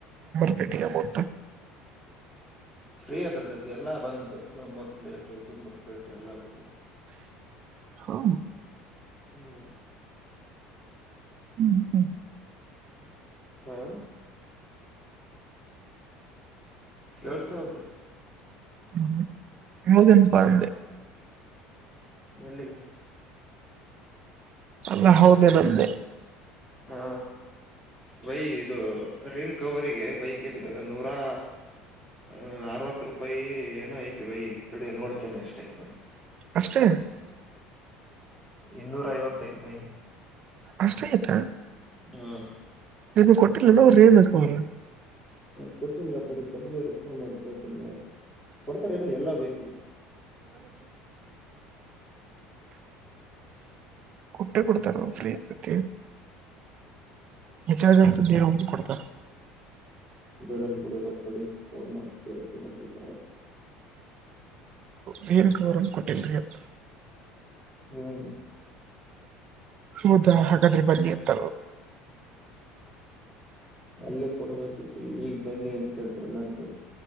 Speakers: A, on the right (about 35°); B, on the left (about 15°).
A: ಹಟಿಗೆ ಬತ
B: ಫ್ರೀ ಅದ್ರ ಜೊತೆ ಎಲ್ಲಾ ಬಂದು ನಂಬರ್ ಪ್ಲೇಟ್ು ಗಿಂಬರ್ ಪ್ಲೇಟ್ ಎಲ್ಲಾ ಬಂದು
A: ಹೌ
B: ಹ್ಮ್
A: ಹ್ಮ್
B: ಹಾ ಕೆಲ್ಸ ಹೌದ್ರೆ
A: ಹ್ಮ ಮದನ್ ಪಂದೆ
B: ಎಲ್ಲಿಗೆ
A: ಅಲ್ಲ ಹೌದೆ ನಂದೆ
B: ಹಾ ಬೈ ಇದು ರಿನ್ ಕವರಿಗೆ ಬೈಕ ಇಂದು ನೂರಾ ಹ ಅರವತ್ತು ರೂಪಾಯಿ ಏನೋ ಐ್ತು ಬೈ ತ ನೋಡ್ತೇನಿ ಅಷ್ಟು ಟೈಪ್
A: ಅಷ್ಟೇ
B: ಇನ್ನೂರ ಐವತ್ತೈದ ಮೈ
A: ಅಷ್ಟ ಆಯ್ತಾ
B: ಹ್ಮ್
A: ನೀನು ಕೊಟ್ಟಿಲ್ಲನ ಅವ್ರು ಏನ್ಕ್ ಅವ್ರ
B: ನ ಕೊಟ್ಟಿಲ್ಲ ಅ ಕಂಪ್ನಿ ರರಿಫರ್್ ಮಾಡಿ ಕೇಳ್ತನ ನಾಳೆ ಕೊಡ್ತಾರೆ ನು ಎಲ್ಲಾ ಬೈಕ್
A: ಕೊಟ್ಟ್ರೆ ಕೊಡ್ತಾರ ಫ್ರೀ ಇರ್ತತಿ ವಿಚ ದೇ ಉಂಟ ಕೊಡ್ತಾರೆ
B: ಬಿಡಲ್ ಬಿಡು ಬಂತಡಿ ಫೋನ್ ಮಾಡ ಕೇಳ್ತೀ ನೋಡಿ ಮಾಳೆ
A: ವೇ ಅವರನ್ ಕೊಟ್ಟಲ್ರಿ ಅಂತ
B: ಹ್ಮ್
A: ಹೌದಾ ಹಾಗಾದ್ರೆ ಬನ್ನಿ ಅಂತ
B: ಅಲ್ಲಿ ಕೊಡ್ಬೇಕಿತ್ತು ಈಗ್ ಬನ್ನಿ ಅಂತ ಹೇಳ್ತಾರಲ್ಲ ಅಂತಿ